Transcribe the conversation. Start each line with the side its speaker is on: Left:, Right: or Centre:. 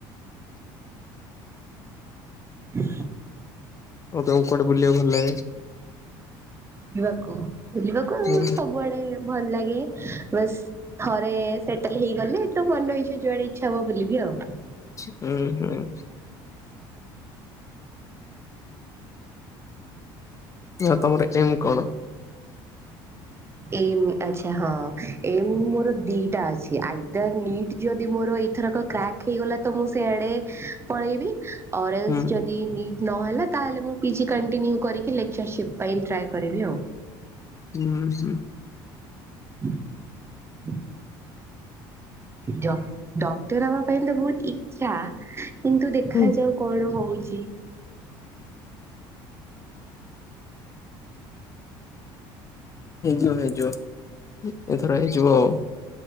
Right: ଈ
Left: ଆଉ ତମକୁ କୁଆଡେ ବୁଲିବାକୁ ଭଲ ଲାଗେ ।
Right: ବୁଲିବାକୁ ବୁଲିବାକୁ
Left: ହୁଁ
Right: ସବୁଆଡେ ଭଲ ଲାଗେ । ବାସ୍ ଥରେ ସେଟେଲ ହେଇଗଲେ ତ ମନ ଇଛା ଯୁଆଡେ ଇଚ୍ଛା ହବ ବୁଲିବି ଆଉ ।
Left: ହୁଁ ହୁଁ ନି ଅ ତମର ଏମ୍ କଣ ।
Right: ଏମ୍ ଆଛା ହଁ ଏମ୍ ମୋର ଦିଟା ଅଛି ଆଇଦର ନିଟ୍ ଯଦି ମୋର। ଏଥରକ କ୍ରାକ୍ ହେଇଗଲା ତ ମୁଁ ସେଆଡେ ପଳେଇବି ଅରାଲେସ
Left: ହୁଁ
Right: ଯଦି ନି ନହେଲା ତାହେଲେ ମୁଁ ପିଜି କଣ୍ଟିନ୍ୟୁ କରିକୀ ଲେକ୍ଚରସିପ ପାଇଁ ଟ୍ରାଏ କରିବି ଆଉ ।
Left: ହୁଁ ହୁଁ ।
Right: ହ ହ ଡ ଡକ୍ଟର ହବା ପାଇଁ ତ ବହୁତ ଇଛା । କିନ୍ତୁ ଦେଖାଯାଉ
Left: ହୁଁ
Right: କଣ ହଉଛି ।
Left: ହେଇଯିବ ହେଇଯିବ ଏଥର ହେଇଯିବ ଆଉ।